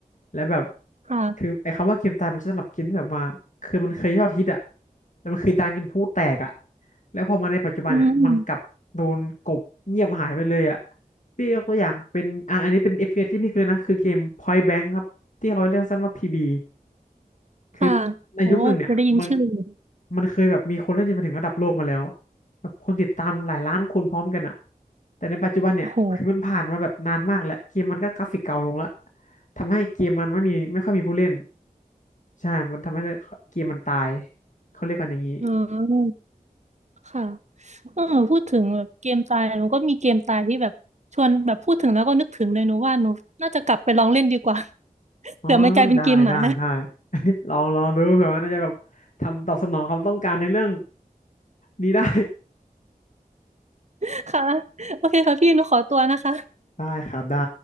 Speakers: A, on the left; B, on the right.
A: และแบบ
B: ค่ะ
A: คือไอ้คำว่าเกมตายมันจะสำหรับเกินแบบว่าคือมันเคยยอดฮิตอ่ะแล้วมันคือดังกินพลุแตกอ่ะแล้วพอมาในปัจจุบันเนี่ยมันกลับโดนกลบเงียบหายไปเลยอ่ะ
B: อืม
A: พี่ยกตัวอย่างเป็นอ่ะอันนี้เป็น FPS ที่พี่เคยนะคือเกม Point Blank ครับที่เขาเรียกสั้นว่า PB คือในยุคหนึ่งเนี่ยมัน
B: ค่ะโอ้จะได้ยินชื่ออยู่
A: มันเคยแบบมีคนเล่นจนไปถึงระดับโลกมาแล้วแบบคนติดตามหลายล้านคนพร้อมกันอะแต่ในปัจจุบันเนี่ยคือมันผ่านมาแบบนานมากแล้วเกมมันก็กราฟิกเก่าลงแล้ว
B: โอ้โห
A: ทำให้เกมมันไม่มีไม่ค่อยมีผู้เล่นใช่มันทำให้เกมมันตายเขาเรียกกันอย่างนี้
B: เออ ค่ะเออพูดถึงแบบเกมตายหนูก็มีเกมตายที่แบบชวนแบบพูดถึงแล้วก็นึกถึงเลยหนูว่าหนูน่าจะกลับไปลองเล่นดีกว่า <laughs>
A: อ๋อได้ได้ได้
B: เดี๋ยวมันกลายเป็นเกมหมา
A: <laughs> ลองลองดูเผื่อว่าน่าจะแบบทำตอบสนองความต้องการในเรื่องนี้ได้
B: <laughs> ค่ะ โอเคค่ะพี่หนูขอตัวนะคะ
A: ได้ครับได้